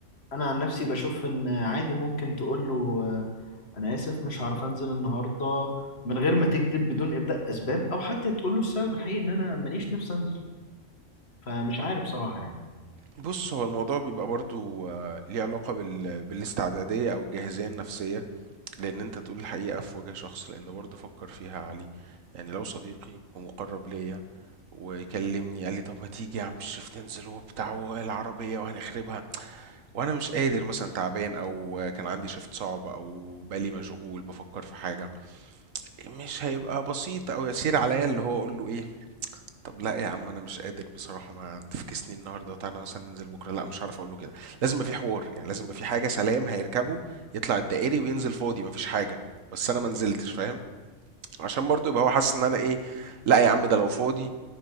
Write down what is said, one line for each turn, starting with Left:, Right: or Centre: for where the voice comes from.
Left: أنا عن نفسي بشوف إن عادي ممكن تقول له آه، أنا آسف مش هعرف أنزل النهاردة من غير ما تكذب بدون إبداء أسباب أو حتى تقول له السبب الحقيقي إن أنا ماليش نفسي أنزل فمش عارف بصراحة يعني
Right: بص هو الموضوع بيبقى برضو آه، ليه علاقة بال... بالاستعدادية او الجاهزية النفسية لان انت تقول الحقيقة في وجه شخص لان برضو فكر فيها يا علي يعني لو صديقي ومقرب ليا وكلمني قال لي طب ما تيجي يا عم شريف تنزل وبتاع والعربية وهنخربها وانا مش قادر مثلا تعبان او كان عندي شفت صعب او بالي مشغول بفكر في حاجة مش هيبقى بسيط او يسير عليا اللي هو اقول له ايه طب لا يا عم انا مش قادر بصراحه ما تفكسني النهارده تعالى مثلا ننزل بكره لا مش هعرف اقول له كده لازم يبقى في حوار يعني لازم يبقى في حاجه سلام هيركبه يطلع الدائري وينزل فاضي مفيش حاجه بس انا ما نزلتش فاهم عشان برضو يبقى هو حاسس ان انا ايه لا يا عم ده لو فاضي